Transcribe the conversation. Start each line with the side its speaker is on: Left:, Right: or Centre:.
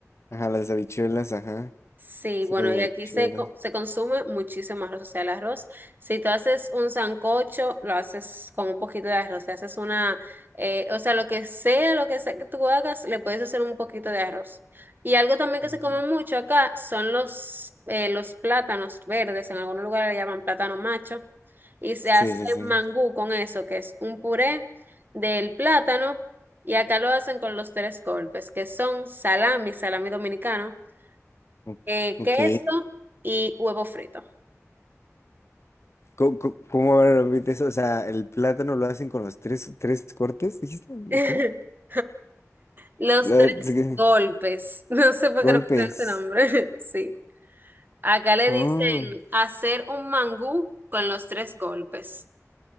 Left: Ajá, las habichuelas, ajá.
Right: Sí,
Left: Sopa
Right: bueno,
Left: de
Right: y
Left: habichuelas.
Right: aquí se, co- se consume muchísimo arroz, o sea, el arroz. Si tú haces un sancocho, lo haces con un poquito de arroz. Si haces una, eh, o sea, lo que sea, lo que sea que tú hagas, le puedes hacer un poquito de arroz. Y algo también que
Left: Ujú.
Right: se come mucho acá son los, eh, los plátanos verdes. En algunos lugares le llaman plátano macho. y se
Left: Sí,
Right: hace
Left: sí, sí.
Right: mangú con eso, que es un puré del plátano, y acá lo hacen con los tres golpes, que son salami, salami dominicano,
Left: O-
Right: eh,
Left: Ok.
Right: queso y huevo frito.
Left: ¿Cómo, cómo- cómo ahora repite eso? O sea, el plátano lo hacen con los tres, tres cortes, ¿dijiste?
Right: <laughs>
Left: ¿O ¿Cómo?
Right: Los
Left: A ver,
Right: tres
Left: sí que-
Right: golpes. <laughs> No sé por
Left: golpes.
Right: qué le pusieron ese nombre. <laughs> Sí. Acá le
Left: Oh,
Right: dicen hacer un mangú con los tres golpes.